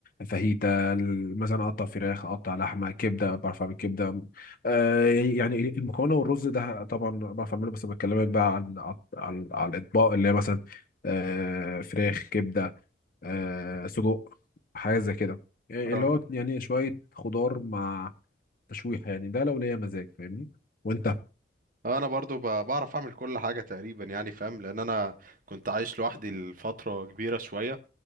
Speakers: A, on the left; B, on the right.
A: فاهيتا ال- مثلا أقطع فراخ أقطع لحمة كبدة بعرف أعمل كبدة أه يعني المكرونة والرز ده طبعا بعرف أعمله بس بكلمك بقى عن عن- عن- على الأطباق اللي هي مثلا أه فراخ كبدة آه سجق حاجه زي كده إيه
B: اه
A: اللي هو يعني شويه خضار مع تشويحه يعني ده لو ليا مزاج فاهمني وانت
B: انا برضو ب- بعرف اعمل كل حاجه تقريبا يعني فاهم لان انا كنت عايش لوحدي لفتره كبيره شويه